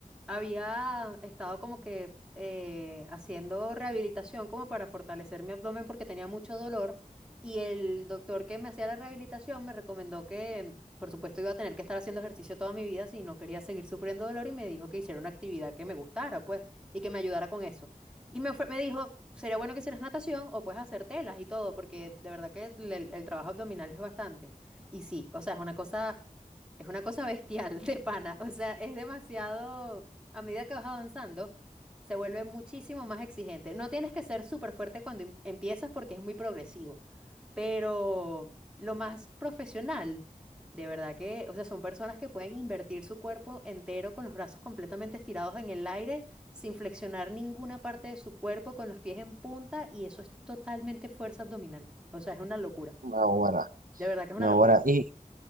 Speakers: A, in the centre; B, on the right (about 80°).
A: había estado como que eh, haciendo rehabilitación como para fortalecer mi abdomen porque tenía mucho dolor y el doctor que me hacía la rehabilitación me recomendó que por supuesto iba a tener que estar haciendo ejercicio toda mi vida si no quería seguir sufriendo dolor y me dijo que hiciera una actividad que me gustara pues y que me ayudara con eso. Y me, ofre- me dijo, sería bueno que hicieras natación o puedes hacer telas y todo porque de verdad que el el trabajo abdominal es bastante. Y sí, o sea, es una cosa, es una cosa bestial de pana. O sea, es demasiado, a medida que vas avanzando, se vuelve muchísimo más exigente. No tienes que ser súper fuerte cuando em- empiezas porque es muy progresivo, pero lo más profesional, de verdad que, o sea, son personas que pueden invertir su cuerpo entero con los brazos completamente estirados en el aire, sin flexionar ninguna parte de su cuerpo, con los pies en punta, y eso es totalmente fuerza abdominal. O sea, es una locura.
B: Naguará,
A: De verdad que es una
B: naguará.
A: locura.
B: Y,